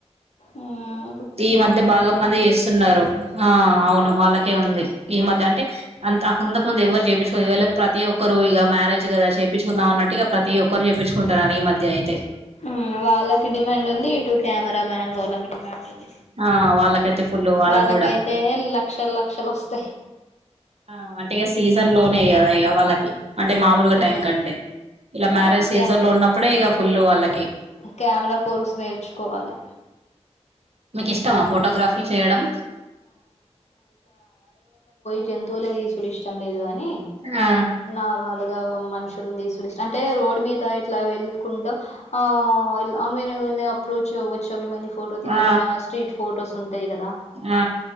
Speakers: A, on the left; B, on the right.
A: ఉమ్మ్మ్
B: ఈ మధ్య బాగా మంది ఎస్సున్నరు ఆ ఔను వాళ్ళకే ఉంది ఈ మధ్య అంటే అన్ త వొందక్ వొంది ఎవరు జెపిచుకోలే ఇవేళ ప్రతి ఒక్కరు ఇగా మ్యారేజ్ కదా చేపిచుకుందం అన్నట్టు ఇగ ప్రతి ఒక్కరు చెప్పించుకుంటునరు ఈ మధ్య అయితే
A: మ్మ్ వాళ్ళకి డిమాండ్ ఉంది ఇటు కెమెరా మ్యాన్ వోలక్ డిమాండ్
B: ఆ వాళ్ళకైతే ఫుల్ వాళ్ళకి
A: వాళ్ళకైతే
B: కూడా
A: లక్షల్ లక్షలు వస్తాయి.
B: ఆ అంటె ఇగ సీజన్ లో మే కదా ఇక వాళ్ళకి అంటే మామూలుగా
A: మ్మ్
B: టైం కంటే. ఇలా మ్యారేజ్
A: అవును
B: సీజన్
A: క్యా
B: లో ఉన్నప్పుడే ఇగ ఫుల్లు వాళ్ళకి
A: కెమెరా కోర్సు నేర్చుకోవాలి.
B: మీకిష్టమా ఫోటోగ్రఫీ చేయడం?
A: జంతువులే తీసులు ఇష్టం లేదు కానీ,
B: ఆ
A: నార్మల్ మనుషుల్ ను తీసుడ్ ఇష్ అంటే, రోడ్ మీద ఇట్లా వెళ్తుకుంటూ, ఆ వెళ్ళి అప్రోచ్ అవ్వచ్చ మిమల్ని ఫోటో తీయొచ్చా
B: ఆ
A: స్ట్రీట్ ఫోటోస్ ఉంటాయి కదా!
B: ఆ